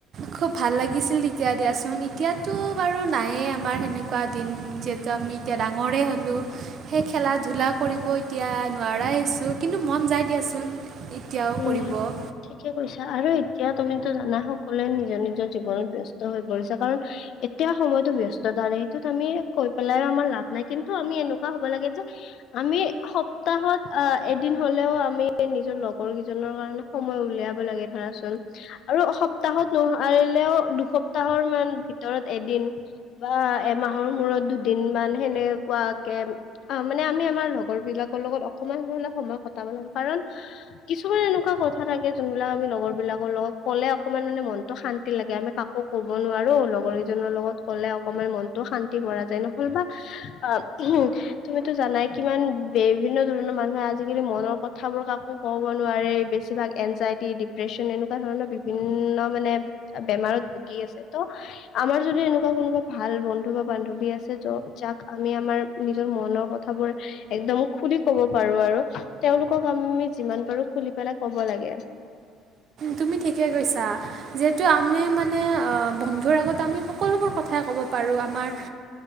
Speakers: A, on the right; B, on the left.
A: খুব ভাল লাগিছিল তেতিয়া দিয়াচোন এতিয়াতো বাৰু নাইয়ে আ আমাৰ সেনেকুৱা দিন যিহেতু আমি এতিয়া ডাঙৰেই হ'লোঁ সেই খেলা ধূলা কৰিবই এতিয়া নোৱাৰাই আহিছোঁ কিন্তু মন যায় দিয়াচোন। এতিয়াও
B: উম
A: কৰিব
B: ঠিকে কৈছা আৰু এতিয়া তুমিতো জানাই সকলোৱে নিজৰ নিজৰ জীৱনত ব্যস্ত হৈ পৰিছে কাৰণ এতিয়া সময়তো ব্যস্ততাৰে সেইটোত আমি কৈ পেলাই আমাৰ লাভ নাই কিন্তু আমি এনেকুৱা হ'ব লাগে যে আমি সপ্তাহত অ এদিন হলেও আমি নিজৰ লগ লগৰ কেইজনৰ কাৰণে সময় উলিয়াব লাগে ধৰাচোন আৰু সপ্তাহত নোৱাৰিলেও দুসপ্তাহ সপ্তাহৰ মান ভিতৰত এদিন বা এমাহৰ মূৰত দুদিন মান সেনেকুৱা কে অ মানে আমি আমাৰ লগৰ বিলাকৰ লগত অকমান হলে সময় কটাব লাগে। কাৰণ কিছুমান এনেকুৱা কথা থাকে যোনবিলাক আমি লগৰবিলাকৰ লগত ক'লে অকণমান মানে মনটো শান্তি লাগে। আমি কাকো ক'ব নোৱাৰো লগৰ কেইজনৰ লগত ক'লে অকমান মনতো শান্তি পৰা যায় নহ'লবা অ উম তুমিতো জানাই কিমান বিভিন্ন ধৰণৰ মানুহে আজিকালি মনৰ কথাবোৰ কাকো কব নোৱাৰি বেছিভাগ এনজাইটি ডিপ্ৰেচন এনেকুৱা ধৰণৰ বিভিন্ন মানে বেমাৰত ভুগি আছে ত আমাৰ যদি এনেকুৱা কোনোবা ভাল বন্ধু বা বান্ধৱী আছে ত যাক আমি আমাৰ নিজৰ মনৰ কথাবোৰ একদম খুলি কব পাৰো আৰু তেওঁলোকক আমি যিমান পাৰো খুলি পেলাই ক'ব লাগে।
A: তুমি ঠিকে কৈছা যিহেতু আমি মানে বন্ধুৰ আগত আমি সকলোবোৰ কথাই ক'ব পাৰোঁ আমাৰ